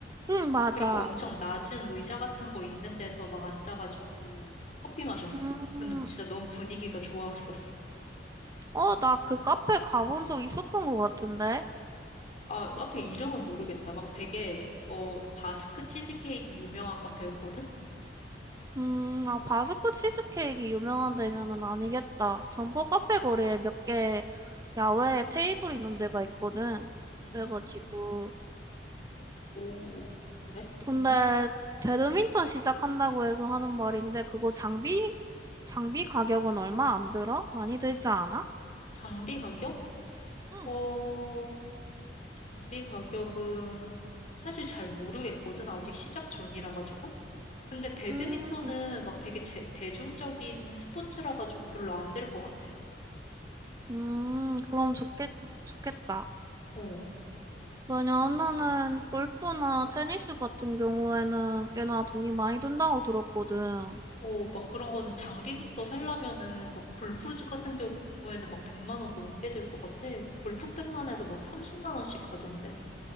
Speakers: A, on the right (about 20°); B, on the left (about 40°).
A: 응, 맞아.
B: 그리고 엄청 낮은 의자 같은 거 있는 데서 막 앉아가지고 커피 마셨었어.
A: 음,
B: 근데 진짜 너무 분위기가 좋았었어.
A: 어, 나 그 카페 가본 적 있었던 것 같은데?
B: 아, 카페 이름은 모르겠다. 막 되게, 어, 바스크 치즈케이크 유명한 카페였거든?
A: 음, 아, 바스크 치즈케이크 유명한 데면은 아니겠다. 점포 카페 거리에 몇 개 야외에 테이블 있는 데가 있거든.
B: 음,
A: 그래가지고,
B: 오, 그래?
A: 근데 배드민턴 시작한다고 해서 하는 말인데 그거 장비 장비 가격은 얼마 안 들어? 많이 들지 않아?
B: 장비 가격?
A: 응.
B: 어, 장비 가격은 사실 잘 모르겠거든. 아직 시작 전이라 가지고. 근데 배드민턴은
A: 음,
B: 막 되게 제- 대중적인 스포츠라 가지고 별로 안 될 것 같아.
A: 음, 그럼 좋겠, 좋겠다.
B: 어.
A: 왜냐하면은 골프나 테니스 같은 경우에는 꽤나 돈이 많이 든다고 들었거든.
B: 어, 막 그런 거는 장비부터 살려면은 막 골프 같은 경우에는 막 100만 원 넘게 들 것 같아. 골프백만 해도 막 30만 원씩 가던데.